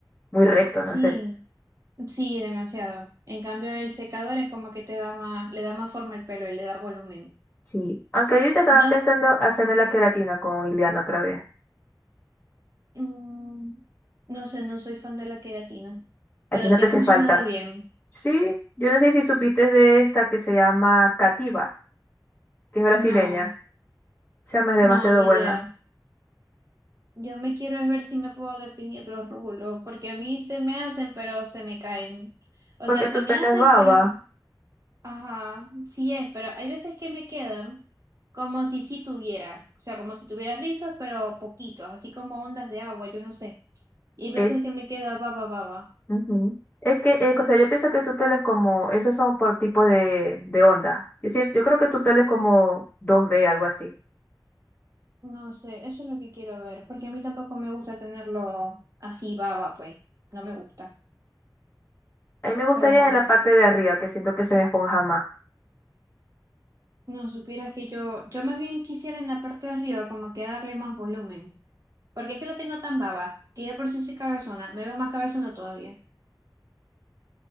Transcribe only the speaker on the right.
Sí,
sí, demasiado. En cambio, el secador es como que te da más, le da más forma al pelo y le da volumen.
No,
mm, no sé, no soy fan de la queratina,
pero
te
ha
funcionado
bien.
No,
no, ni
idea. Yo me quiero es ver si me puedo definir los rulos, porque a mí se me hacen, pero se me caen. O
sea, se
me
hacen,
pero, ajá, sí es, pero hay veces que me quedan como si sí tuviera, o sea, como si tuviera rizos, pero poquitos, así como ondas de agua, yo no sé. Y hay veces
que me queda baba, baba.
Eh,
No sé, eso es lo que quiero ver, porque a mí tampoco me gusta tenerlo así baba, pues, no me gusta.
Pero ajá,
no supieras que yo, yo más bien quisiera en la parte de arriba como que darle más volumen, porque es que lo tengo tan baba, que ya de por sí soy cabezona, me veo más cabezona todavía.